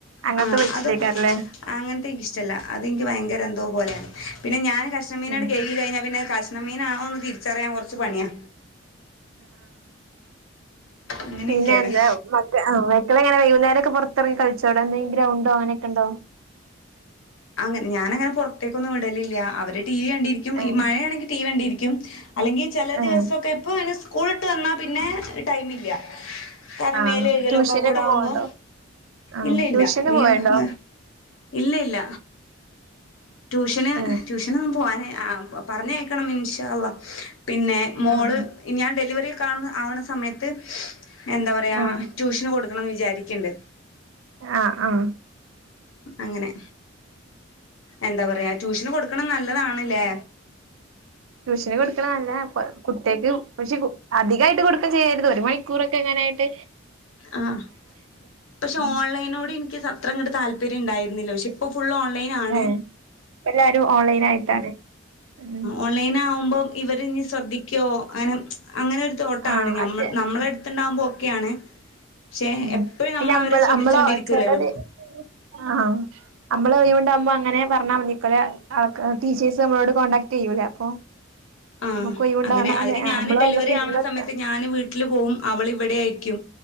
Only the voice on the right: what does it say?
അങ്ങൻത്തെ
വെച്ച്ലേക്കാരംല്ലേ.
ഉം
പിന്നെന്താ മക് ക ആഹ് മക്കളെങ്ങനാ വൈകുന്നേരൊക്കെ പൊറത്ത് എറങ്ങി കളിചോളു എന്തെങ്കിലും ഗ്രൗണ്ടോ അങ്ങനെക്കെണ്ടോ?
ഏഹ്
ഏഹ്
ആഹ്
ട്യൂഷനൊക്കെ
പോവണ്ടോ? ആഹ്
ട്യൂഷന്
പോവണ്ടോ?
ഏഹ്
ആഹ്
ആഹ്
ആഹ് ആഹ്
ട്യൂഷന് കൊട്ക്കണ നല്ലതാണിപ്പ കുട്ട്യേക്ക് പക്ഷെ കു അധികായിട്ട് കൊടുക്കേം ചെയ്യരുത് ഒരു മണിക്കൂറക്കെ ഇങ്ങനേയിട്ട്
ഉം
ഏഹ് ഇപ്പെല്ലാരും ഓൺലൈനായിട്ടാണ് ഉം
ആഹ്
അതെ
ഉം
പിന്നെ
നമ്മള്
നമ്മള്
ചെലത് ആഹ് നമ്മള് കൈയ്യ് കൊണ്ടാവുമ്പോ അങ്ങനെ പറഞ്ഞാ മതീക്കോലേ അവക്ക് ടീച്ചേഴ്സ് നമ്മളോട് കോണ്ടാക്ട് ചെയ്യൂല്ലേ അപ്പോ
നമ്മക്കൊഴിവിണ്ടാകണോന്നെ
ആഹ്
നമ്മളും
അതിന്റൊപ്പം ഇരുന്നെടുത്താ